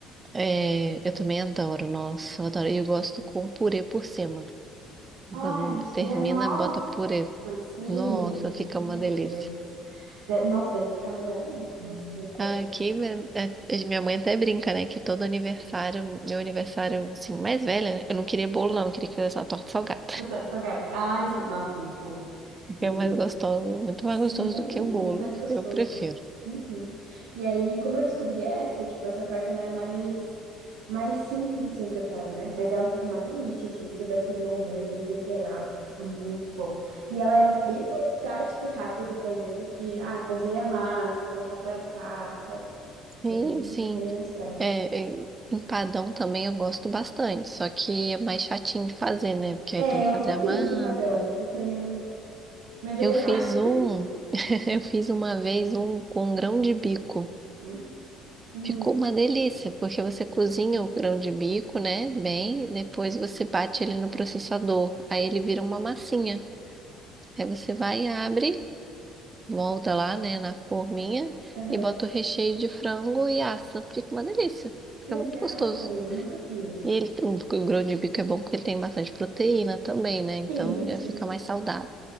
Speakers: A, on the right (about 25°); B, on the right (about 75°).
A: É, eu também adoro, nossa, eu adoro. E eu gosto com purê por cima. mas
B: Ai,
A: não termina,
B: né, nossa,
A: bota purê.
B: sim.
A: Nossa, fica
B: Meu
A: uma delícia.
B: Deus. De- Nossa, deve ficar melhor ainda. Nossa, muito bom.
A: Aqui, minha é- é- minha mãe até brinca, né? Que todo aniversário, meu aniversário, assim, mais velha, né? Eu não queria bolo, não. Eu queria que fizesse uma torta salgada.
B: Eu tô de salgado. Ai, sim, nossa, muito bom.
A: Porque
B: E
A: é mais gostoso, muito
B: Sim,
A: mais gostoso do que
B: muito
A: o bolo.
B: mais gostoso.
A: Eu prefiro.
B: Uhum. E aí, como eu descobri essa, tipo, essa torta ela é mais mais simples assim o preparo, né? Mas ela fica uma delícia assim, se souber fazer um molho bem temperado, fica muito bom. E ela é bem mais prática e rápida de fazer do que ah, fazer a massa, colocar pra assar, sabe?
A: Sim,
B: É bem
A: sim.
B: bem mais prática.
A: É, é, empadão também eu gosto bastante, só que é mais chatinho de fazer, né? Porque aí
B: É,
A: tem que
B: eu
A: fazer
B: nunca
A: a
B: fiz
A: massa.
B: empadão. Eu tenho medo
A: Eu
B: de errar.
A: fiz um, <laughs> eu fiz uma vez um com grão de bico.
B: Hum? Uhum.
A: Ficou uma delícia, porque você cozinha o grão de bico, né? Bem, depois você bate ele no processador, aí ele vira uma massinha. Aí você vai, abre, volta lá, né, na forminha
B: Aham.
A: e bota o recheio de frango e assa. Fica uma delícia. Fica
B: Que legal,
A: muito gostoso.
B: eu nunca fiz.
A: E ele, o, o grão de bico é bom porque ele tem bastante proteína também, né? Então
B: Sim,
A: já
B: sim.
A: fica mais saudável.